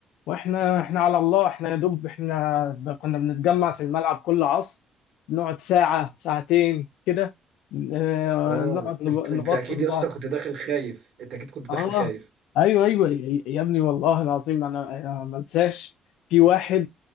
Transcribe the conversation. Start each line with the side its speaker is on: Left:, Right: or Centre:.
Left: واحنا احنا على الله احنا يا دوب احنا ب- كنا بنتجمع في الملعب كل عصر نقعد ساعة ساعتين كده آه،
Right: اه
Left: نقعد نب-
Right: انت
Left: نبص
Right: انت اكيد
Left: لبعض
Right: يا اسطى كنت داخل خايف انت اكيد كنت
Left: اه
Right: داخل خايف
Left: ايوه ايوه يا يا ابني والله العظيم انا أنا ما انساش في واحد